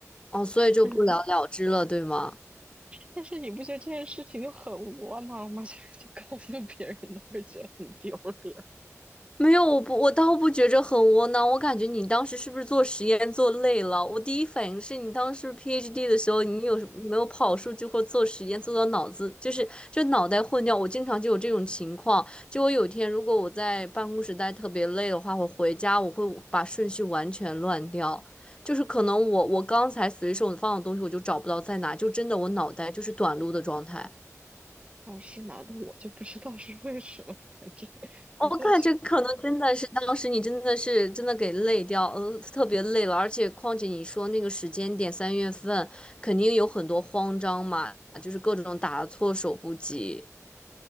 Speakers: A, on the left; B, on the right.
A: 哦，所以就不了了之了，
B: <laughs>
A: 对吗？
B: 但是你不觉得这件事情就很窝囊吗？<laughs> 就是你告诉别人都会觉得很丢脸。
A: 没有，我不，我倒不觉着很窝囊。我感觉你当时是不是做实验做累了？我第一反应是你当时 PhD 的时候，你有什没有跑数据或做实验做到脑子就是就脑袋混掉？我经常就有这种情况。就我有一天如果我在办公室待特别累的话，我回家我会把顺序完全乱掉，就是可能我我刚才随手放的东西我就找不到在哪，就真的我脑袋就是短路的状态。
B: <laughs> 哦，是吗？但我就不知道是为什么，反正
A: 我感觉可能真的是当时你真的是真的给累掉，
B: 我就觉
A: 呃，特别累了，而且况且你说那个时间点三月份，肯定有很多慌张嘛，就是各种打措手不及